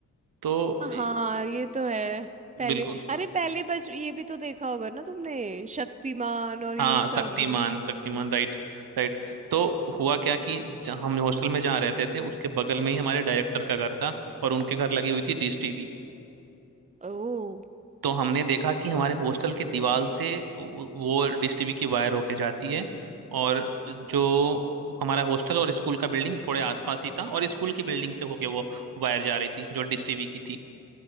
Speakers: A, on the right (about 85°); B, on the right (about 20°).
A: तो
B: हाँ
A: ए,
B: ये तो है पहले
A: बिल्कुल
B: अरे पहले बच ये भी तो देखा होगा ना तुमने शक्तिमान और ये
A: हाँ
B: सब
A: शक्तिमान शक्तिमान राइट राइट तो हुआ क्या कि जहाँ हम हॉस्टल में जहाँ रहते थे उसके बगल में ही हमारे डायरेक्टर का घर था और उनके घर लगी हुई थी डिश टीवी
B: ओ
A: तो हमने देखा कि हमारे हॉस्टल के दीवार से वो वो डिश टीवी की वायर होके जाती है और जो हमारा हॉस्टल और स्कूल का बिल्डिंग थोड़े आसपास ही था और स्कूल की बिल्डिंग से होके वो वायर जा रही थी जो डिश टीवी की थी